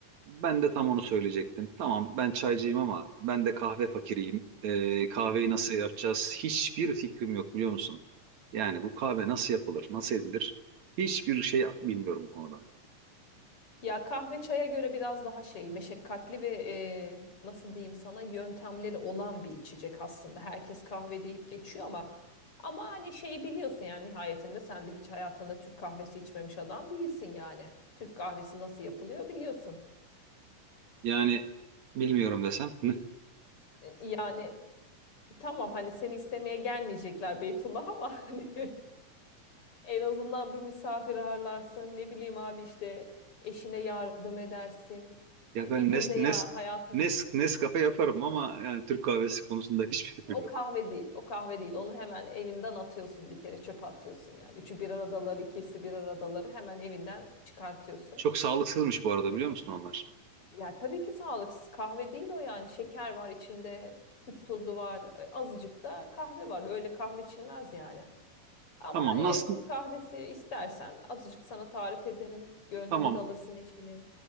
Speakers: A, on the right; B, on the left.
A: Ben de tam onu söyleyecektim. Tamam ben çaycıyım ama ben de kahve fakiriyim. Ee, kahveyi nasıl yapacağız? Hiçbir fikrim yok biliyor musun? Yani bu kahve nasıl yapılır, nasıl edilir? Hiçbir şey bilmiyorum bu konuda.
B: Ya kahve çaya göre biraz daha şey meşakkatli ve e, nasıl diyeyim sana yöntemleri olan bir içecek aslında. Herkes kahve deyip geçiyor ama ama hani şey biliyorsun yani nihayetinde sen de hiç hayatında Türk kahvesi içmemiş adam değilsin yani. Türk kahvesi nasıl yapılıyor biliyorsun.
A: Yani bilmiyorum desem. <laughs>
B: E, Yani tamam hani seni istemeye gelmeyecekler Beytullah ama <laughs> hani en azından bir misafir ağırlarsın ne bileyim abi işte eşine yardım edersin.
A: Ya
B: E,
A: ben
B: Bir günde
A: Nes,
B: ya
A: Nes,
B: hayatım
A: Nes, Nescafe yaparım ama yani Türk kahvesi konusunda hiçbir fikrim
B: O
A: yok.
B: kahve değil. O kahve değil. Onu hemen evinden atıyorsun bir kere. Çöpe atıyorsun yani. Üçü bir aradaları, ikisi bir aradaları hemen evinden çıkartıyorsun.
A: Çok sağlıksızmış bu arada biliyor musun onlar?
B: Ya tabii ki sağlıksız. Kahve değil o yani. Şeker var içinde, süt tozu var, E, azıcık da kahve var. Öyle kahve içilmez yani. Ama
A: Tamam
B: e,
A: nasıl?
B: Türk kahvesi istersen azıcık sana tarif ederim. Gönlünü
A: Tamam.
B: de alırsın eşinin.